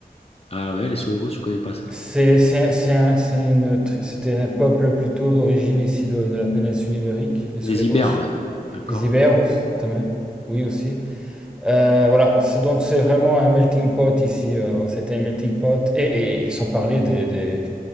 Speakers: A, on the left; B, in the centre.
A: Ah ouais, les Suédois, je connais pas ça.
B: C'est, c'est, c'est un- c'est une, tri- c'était un peuple plutôt d'origine ici de, de la péninsule ibérique, les
A: Les
B: Suevos,
A: Ibères, ouais. D'accord.
B: les Iberos, también, oui aussi. Euh, voilà, c'est donc c'est vraiment un melting pot ici. euh, c'était un melting pot, et, et- et sans parler des, des,